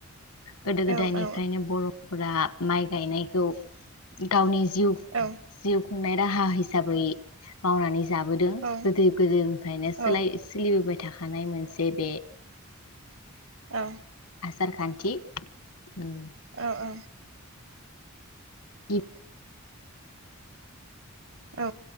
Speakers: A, on the left; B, on the right.
A: गोदो गोदायनिफ्रायनो
B: औ औ
A: बर' फ्रा माइ गायनायखौ गावनि जिउ
B: औ
A: जिउ खुंनाय राहा हिसाबै मावनानै जाबोदों
B: औ
A: गोदो गोदोनिफ्रायनो सोलाय
B: औ
A: सोलिबोबाय थाखानाय मोनसे बे
B: औ
A: आसारखान्थि ओम
B: ओं ओं
A: इप
B: औ